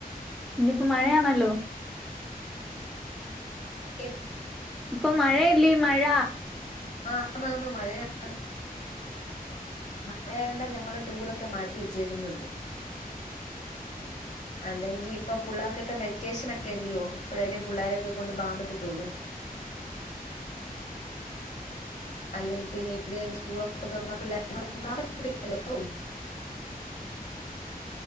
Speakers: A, in the centre; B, on the left.
A: ഇന്നിപ്പോ മഴയാണല്ലോ
B: എ
A: ഇപ്പൊ മഴയല്ലീ മഴ
B: ആ ആന്നാന്ന് മഴയാണ് മഴ ആയോണ്ടാ ഞങ്ങളും ടൂറൊക്കെ മാറ്റി വെച്ചേക്കുന്നത് അല്ലെങ്കി ഇപ്പൊ പുള്ളേർക്കൊക്കെ വെക്കേഷനെക്കെല്ലയോ ഇപ്പഴ ല്ലെ പുള്ളോരെയൊക്കെ കൊണ്ട് പാവാൻ പറ്റത്തുള്ളൂ അല്ലേ പിന്നെ ഇത് കഴിഞ്ഞ് സ്കൂളൊക്കെ തുറന്നാ പിള്ളേരെ കൊണ്ട് പോവാൻ പറ്റത്തില്ലല്ലോ